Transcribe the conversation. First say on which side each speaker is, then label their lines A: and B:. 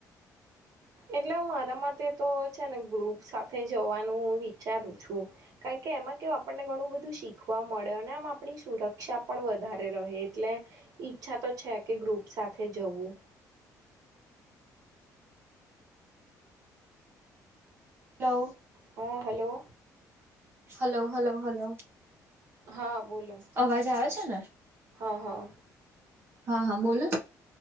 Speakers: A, on the right; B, on the right.
A: એટલે હું મારા માટે તો છે ને ગ્રુપ સાથે જવાનું હું વિચારું છું. કારણ કે એમાં કેવ આપણને ઘણું બધું શીખવા મળે અને આમ આપણી સુરક્ષા પણ વધારે રહે એટલે ઈચ્છા તો છે કે ગ્રુપ સાથે જવું.
B: હલો
A: હા, હલો.
B: હલો, હલો, હલો
A: હા બોલો
B: અવાજ આવે છે? ને
A: હા હા
B: હા, હા, બોલ ને.